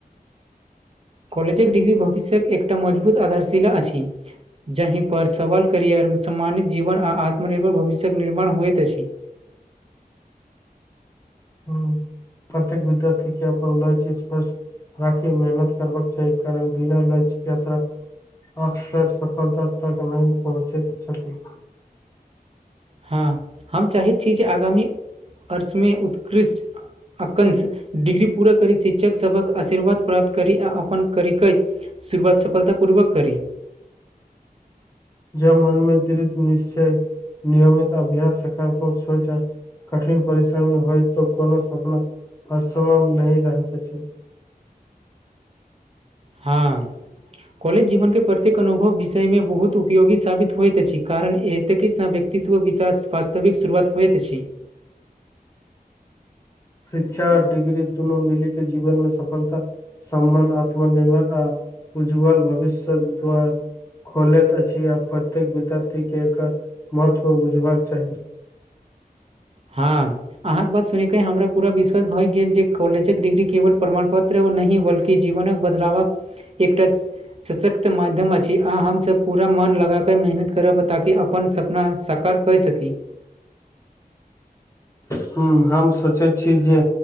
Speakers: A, on the right (about 40°); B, on the left (about 20°).
A: कॉलेज डिग्री भविष्यत एकटा मजबूत आधारशिला अछि जाहिपर सबल करियर सम्मानित जीवन आ आत्मनिर्भर भविष्य कऽ निर्माण होइत अछि
B: ह प्रत्येक विद्यार्थी कऽ अपन लक्ष्य स्पष्ट राखे मेहनत करबाक चाही कारण बिना लक्ष्य तऽ अकसर सफलता तक नै पहुँचैत छथि
A: हँ हम चाहैत छी जे आगामी वर्षमे उत्कृष्ट अकाश डिग्री पूरा करी शिक्षक सभ कऽ आशीर्वाद प्राप्त करी आ अपन करी कै शुरुआत सफलता पूर्वक करी
B: जब मनमे दृित निश्चय नियमित अभ्यास सकारात्मक सोचा आ कठिन परिश्रमी होइ तऽ कोनो सपना आसन नै रहैत अछि
A: हँ कॉलेज जीवन केँ प्रत्येक अनुभव विषयमे बहुत उपयोगी साबित होइत अछि कारण ए तिथि सँ व्यक्तित्व विकास वास्तविक शुरुआत होइत अछि
B: शिक्षा डिग्री दुनू मिल केँ जीवन में सफलता सम्मान आत्मनिर्भर आ <inaudible> उज्ज्वल भविष्यत द्वार खोलैत अछि आ प्रत्येक विद्यार्थी केँ एकर महत्व बुझबाक चाही
A: हँ अहाँ कऽ बात सुनि कऽ हमरा पूरा विश्वास भऽ गेल जे कॉलेज कऽ डिग्री केवल प्रमाणपत्र नही ब ल्कि जीवनक बदलावक एकटा सशक्त माध्यम अछि अह हम सब पूरा मन लगा कऽ मेहनत करब ताकि अपन सभ सपना साकर कई सकी
B: हु हम सोचै छी जे